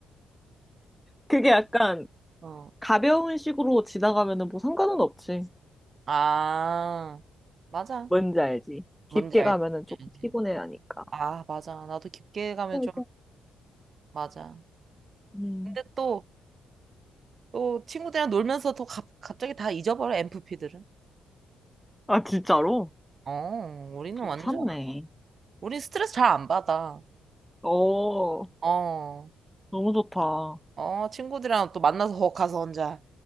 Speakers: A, in the centre; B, on the right.
A: 그게 약간
B: 어.
A: 가벼운 식으로 지나가면은 뭐 상관은 없지.
B: 아, 맞아.
A: 뭔지 알지? 깊게
B: 뭔지 알지?
A: 가면은 조금
B: 알지.
A: 피곤해 하니까.
B: 아, 맞아. 나도 깊게 가면
A: 맞아.
B: 좀, 맞아.
A: 음.
B: 근데 또, 또 친구들이랑 놀면서 또 갑, 갑자기 다 잊어버려, m 프피들은
A: 아, 진짜로?
B: 어, 우리는
A: 괜찮네.
B: 완전, 우린 스트레스 잘 안 받아.
A: 어,
B: 어,
A: 너무 좋다.
B: 어, 친구들이랑 또 만나서 거 가서 혼자.